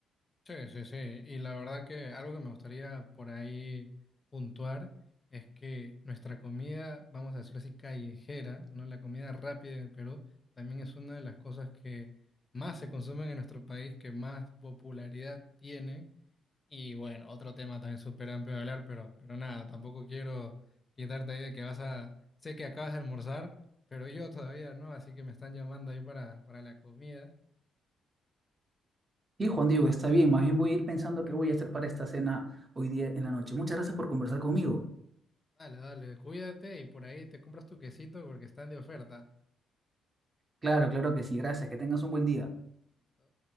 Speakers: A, on the left; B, on the right.
A: Sí, sí, sí. Y la verdad que algo que me gustaría por ahí puntuar es que nuestra comida, vamos a decirlo así, callejera, ¿no? La comida rápida en Perú también es una de las cosas que más se consumen en nuestro país, que más popularidad tiene. Y bueno, otro tema también súper amplio de hablar, pero, pero nada, tampoco quiero quitarte ahí de que vas a... Sé que acabas de almorzar, pero yo todavía no, así que me están llamando ahí para, para la comida.
B: Sí, Juan Diego, está bien, más bien voy a ir pensando qué voy a hacer para esta cena hoy día en la noche. Muchas gracias por conversar conmigo.
A: Dale, dale, cuídate y por ahí te compras tu quesito porque están de oferta.
B: Claro, claro que sí, gracias, que tengas un buen día.
A: ¿Listo?